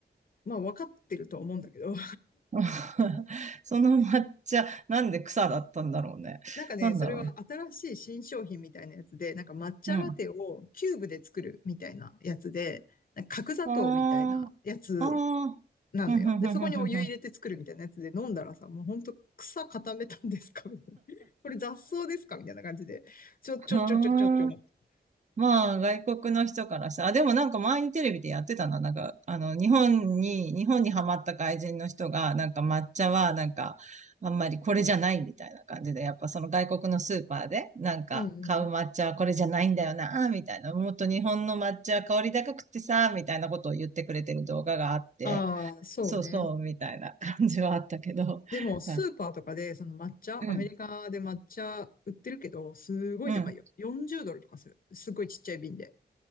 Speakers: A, on the left; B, on the right.
A: まあ分かってるとは思うんだけど。
B: <laughs> その抹茶、なんで草だったんだろうね。
A: なんかね、
B: なんだろうね。
A: それは新しい新商品みたいなやつで、なんか抹茶ラテをキューブで作るみたいなやつで、
B: うん。
A: なんか角砂糖みたいなやつ
B: ああ、ああ、
A: なのよ。
B: ふんふんふんふんふんふん。
A: で、そこにお湯入れて作るみたいなやつで飲んだらさ、
B: あ
A: もうほんと草固めたんですかみたいな。<laughs> これ雑草ですかみたいな感じで。ちょ、ちょ、
B: あ。
A: ちょ、ちょ、ちょって思った。
B: まあ、外国の人からさ、あ、でもなんか前にテレビでやってたな。なんか、あの、日本に、日本にハマった外人の人が、なんか抹茶は、なんか、あんまりこれじゃないみたいな感じで、やっぱその外国のスーパーで、なんか、
A: うんうん。
B: 買う抹茶はこれじゃないんだよな、みたいな。もっと日本の抹茶は香り高くってさ、みたいなことを言ってくれてる動画があって、
A: ああ、そうね。
B: そうそう、みたいな感じはあったけど。
A: でも、スーパーとかで、
B: <laughs>
A: その抹茶、
B: うん、
A: アメリカで抹茶売ってるけど、
B: うん。
A: すごい高いよ。
B: うん
A: 40ドルとかする。すごいちっちゃい瓶で、